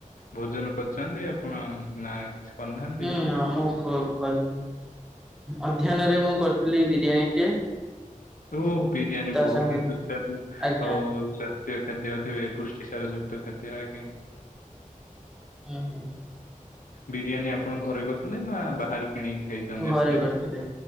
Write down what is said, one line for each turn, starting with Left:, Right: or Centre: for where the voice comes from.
Left: ଭୋଜନ କରଚନ୍ତି ଆପଣ ନା କିଛି କରିନାହାନ୍ତି
Centre: ହୁଁ
Left: ଏମିତି
Centre: ଆମ କ କନ୍ ଅଧ୍ୟାନରେ
Left: କରିଛନ୍ତି?
Centre: ମୁଁ କରଥିଲି ବିରିୟାନୀଟେ।
Left: ଓ ବିରିୟାନୀ ବହୁତହି
Centre: ସାଙ୍ଗରେ
Left: ସୁସ୍ୱାଦୁ
Centre: ଆଜ୍ଞା
Left: ଆଉ
Centre: ଆଜ୍ଞା
Left: ଚା ଯା ଖଦ୍ୟ ଦେବେ ପୁଷ୍ଟିସାର ଯୁକ୍ତ ଖାଦ୍ୟ ଆଜ୍ଞା।
Centre: ଉଁ ହୁଁ।
Left: ବିରିୟାନୀ ଆପଣ ଘରେ କରିଥିଲେ ନା ବାହାରୁ କିଣିକି ହେଇଚନ୍ତି
Centre: ହୁଁ ଘରେ
Left: ଆପଣଙ୍କ
Centre: କରିଥିଲେ।